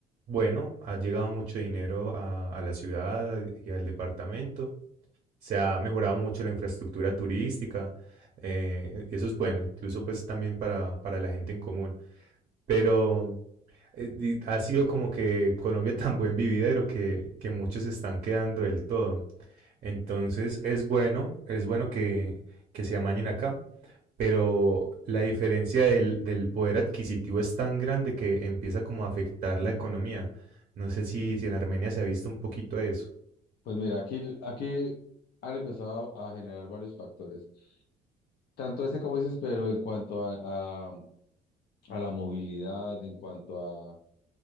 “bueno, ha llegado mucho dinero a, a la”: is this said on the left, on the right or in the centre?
Right